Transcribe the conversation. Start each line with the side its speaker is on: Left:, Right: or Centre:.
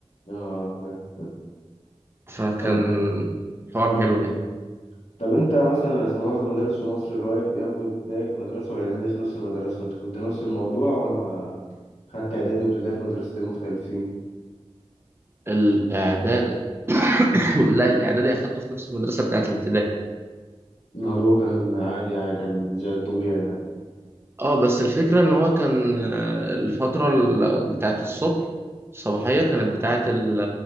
Left: اه فاهم فاهم.
Right: فكان
Left: طب
Right: حوار
Left: مم.
Right: حلو يعني
Left: طب انت مثلا أصل معظم المدارس في مصر اللي هو بياخدوا ابتدائي في مدرسة والاعدادي في نفس المدرسة انت كنت نفس الموضوع ولا خدت اعدادي وابتدائي في مدرستين مختلفين
Right: الإعداد <coughs> لا الإعدادي أخدته في نفس المدرسة بتاعة الابتدائي
Left: الموضوع كان عادي يعني كان زي الطبيعي يعني
Right: اه بس الفكرة إن هو كان آه، الفترة ال- بتاعة الصبح الصباحية كانت بتاعة ال-